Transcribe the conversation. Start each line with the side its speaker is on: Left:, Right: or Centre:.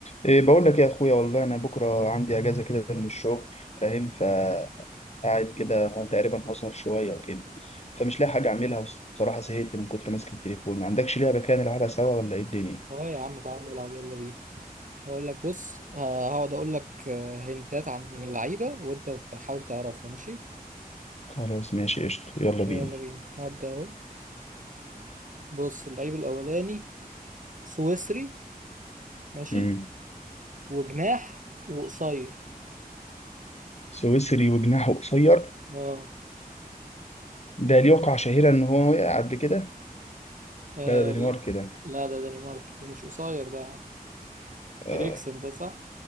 Left: إيه بقول لك يا اخويا والله انا بكره عندي اجازه كده من الشغل فاهم فقاعد كده تقريبا اسهر شويه وكده فمش لاقي حاجه اعملها والصراحه زهقت من كتر ماسك التليفون ما عندكش لعبه كده نلعبها سوا ولا ايه الدنيا
Right: اه يا عم تعال نلعب يلا بينا هقول لك بص آه، هقعد اقول لك آه، هنتات عن اللعيبه وانت تحاول تعرفها ماشي
Left: خلاص ماشي قشطه يلا
Right: يلا
Left: بينا
Right: بينا هبدا اهو بص اللعيب الاولاني سويسري ماشي
Left: امم
Right: وجناح وقصير
Left: سويسري وجناحه قصير
Right: اه
Left: ده ليه وقعه شهيره ان هو وقع قبل كده
Right: آه،
Left: لا ده
Right: ل-
Left: دنمارك كده
Right: لا ده دنمارك ومش قصير ده
Left: اه
Right: اريكسن ده صح